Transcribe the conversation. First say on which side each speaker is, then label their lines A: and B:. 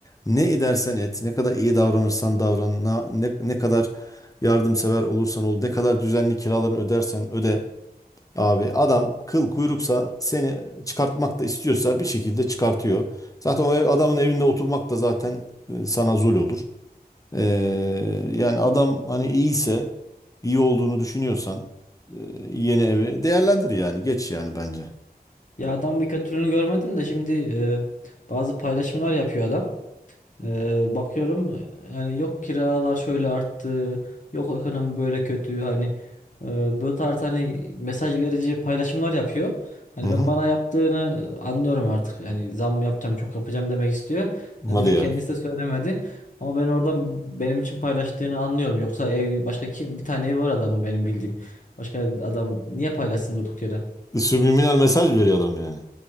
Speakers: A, on the left; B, on the left.
A: ne edersen et, ne kadar iyi davranırsan davran, na- ne, ne kadar yardımsever olursan ol, ne kadar düzenli kiralarını ödersen öde. Abi adam kıl kuyruksa seni çıkartmak da istiyorsa bir şekilde çıkartıyor. Zaten o ev- adamın evinde oturmak da zaten e, sana zul olur. Ee, yani adam hani iyiyse iyi olduğunu düşünüyorsan e, yeni evi değerlendir yani geç yani bence.
B: Ya adam bir kötülüğünü görmedim de şimdi e, bazı paylaşımlar yapıyor adam. Ee, bakıyorum yani yok kiralar şöyle arttı, yok ekonomi böyle kötü hani e, bu tarz hani mesaj verici paylaşımlar yapıyor. Hani
A: Hı
B: ben
A: hı.
B: bana yaptığını anlıyorum artık. Yani zam yapacağım, çok yapacağım demek istiyor. Yani
A: Hadi
B: direkt
A: ya.
B: kendisi de söylemedi. Ama ben oradan benim için paylaştığını anlıyorum. Yoksa ev başka kim bir tane ev var adamın benim bildiğim. Başka adam niye paylaşsın durduk yere?
A: Subliminal mesaj veriyor adam yani.